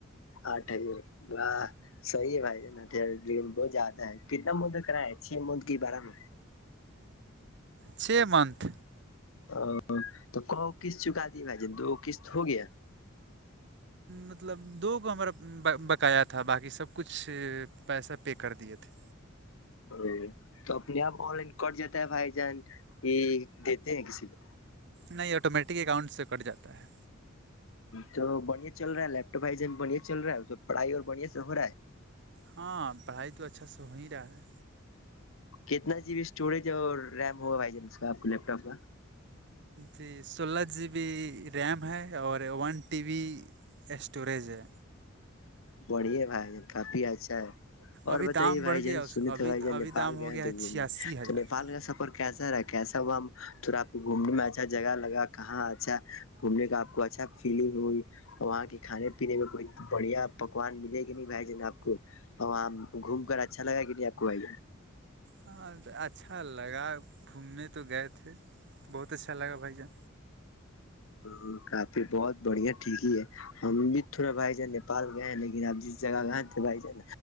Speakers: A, on the left; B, on the right.
A: آٹھ ہزار و صحی ہے بھائی جٹار بہت زیادہ ہے کتنا مد کرا ہے چھ مد کی بارہ میں
B: چھ منتھ
A: ا تو کو کسط چکا دی بھائی ج دو کسط ہو گیا
B: مطلب دو گو ہمارا بکایا تھا باقی سب کچھ پیسہ پے کر دیے تھے
A: ا تو اپنے آپ آن لائن کٹ جاتا ہے بھائی جان یہ دیتے ہیں کسی کو
B: نہیں آٹومیٹکلی اکاؤنٹ سے کٹ جاتا ہے
A: تو بڑھیا چل رہا ہے لیپٹاپ بائی جن بڑیا چل رہا ہے تو پڑھائی اور بڑھیا سے ہو رہا ہے
B: ہاں پڑھائی تو اچھا سے ہو ہی رہا ہے
A: کتنا جی بی اسٹوریج اور ریم ہوگا بھائی جان اس کا آپ کو لیپ ٹاپ کا
B: جی سولہ جی بی ریم ہے اور ون ٹی بی اسٹوریج ہے
A: بڑیے بھائی جن کافی اچھا ہے اور
B: ابھی
A: بتائیے
B: دام
A: بھائی
B: بڑھ
A: جان
B: گیا
A: سنی
B: اس کا ابھی
A: تھے بھائی جان
B: ابھی
A: نیپال
B: دام ہو
A: گئے
B: گیا
A: تھے
B: ہے چھیاسی
A: گھومنے
B: ہزار
A: تو نیپال کا سب کیسا رہا کیسا ہوا تھڑاپ گھومنے میں اچھا جگہ لگا کہاں اچھا گھومنے کا آپ کو اچھا فیلگ ہوئی اور وہاں کے کھانے پینے میں کوئی بڑھیا پکوان ملے کہ نہیں بھائی جینا آپ کو وہاں گھوم کر اچھا لگا کہ نہیں آپ کو بھائی جا
B: ہاں اچھا لگا گھومنے تو گئے تھے بہت اچھا لگا بھائی جان
A: ہ کافی بہت بڑھیا ٹھیک ہی ہے ہم بھی تھا بھائی جان نیپال گئے ہیں لیکن آپ جس جگہ گئے تھے بھائی جان